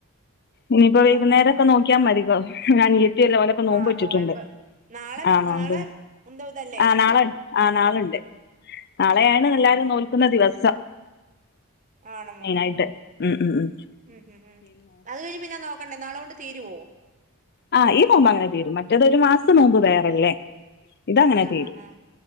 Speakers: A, on the left; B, on the right.
A: ഇനിയിപ്പോ വൈകുന്നേരൊക്കെ
B: ആഹ് ആഹ്
A: നോക്കിയാൽ മതിക്കോ ഇല്ല ഓനൊക്കെ നോമ്പ്
B: ആഹ്
A: വെച്ചിട്ടുണ്ട്
B: നോയമ്പ് നാളെ
A: ആ
B: നി
A: നോമ്പ്
B: നാളെ എന്തോ ഇതല്ലേ
A: ആ നാളെ- ആ നാളുണ്ട് നാളെയാണ് എല്ലാരും
B: ആഹ് ആഹ്
A: നോൽക്കുന്ന
B: ആഹ്
A: ദിവസം
B: ആണമോ
A: മെയിൻ ആയിട്ട് ഉം ഉം ഉ
B: ഉം ഉം ഉം അത് കഴിഞ്ഞ് പിന്നാൻ നോക്കണ്ടേ നാളെ കൊണ്ട് തീരുവോ
A: ആഹ് ഈ നോമ്പ് അങ്ങനെ തീരും മറ്റേത് ഒരു മാസം നോമ്പ് വേറെല്ലേ ഇതങ്ങനെ
B: ആഹ്
A: തീരും
B: ആഹ് ആഹ്